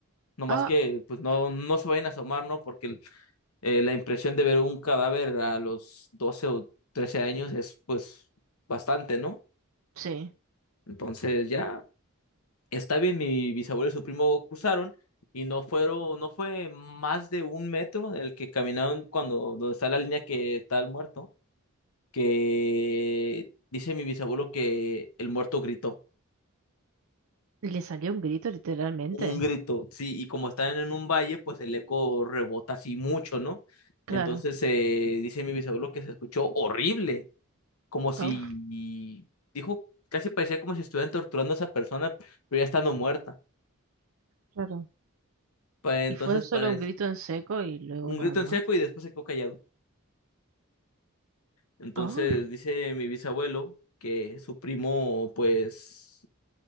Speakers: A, on the left; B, on the right.
A: No más
B: Ah,
A: que pues no, no se vayan a asomar, ¿no? Porque el- eh, la impresión de ver un cadáver a los 12 o 13 años es pues bastante, ¿no?
B: sí.
A: Entonces ya. Está bien, mi bisabuelo y su primo cruzaron y no fueron, no fue más de un metro el que caminaron cuando donde está la línea que está el muerto, que dice mi bisabuelo que el muerto gritó,
B: Le salió un grito literalmente.
A: un grito, sí, y como están en un valle, pues el eco rebota así mucho, ¿no?
B: Claro.
A: Entonces eh, dice mi bisabuelo que se escuchó horrible, como si,
B: Ah,
A: dijo, casi parecía como si estuvieran torturando a esa persona, pero ya estando muerta.
B: claro.
A: Pues,
B: Y
A: entonces
B: fue solo
A: parece
B: un grito en seco y luego
A: un
B: nada
A: grito
B: más.
A: en seco y después se quedó callado. Entonces
B: Ah,
A: dice mi bisabuelo que su primo, pues, o